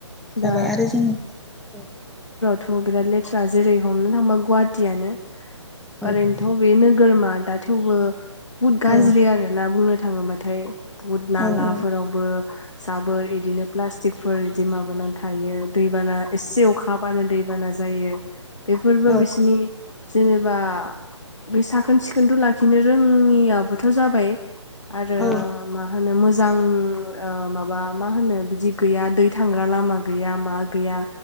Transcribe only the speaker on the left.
दा
थ' बिराद लेथ्रा जेरै हमनो थांबा गुवाहाटीयानो
ओरैनोथ' बे नोगोरमा दा थेवबो बुत गाज्रि
आरो ना बुंनो थाङोबाथाय बुट नालाफोरावबो
जाबोर बिदिनो प्लास बेफोर इदि माबाना थायो दै एसे अखाहाबानो दैबाना जा जायो बेफोरबो
बिसिनि जेनेबा बै साखोन सिखोनथ लाखिनो रोङियाबोथ जाबाय आरो
होनो मोजां ओ माबा मा होनो बिदि गैया दै थांग्रा लामा गैया मा गैया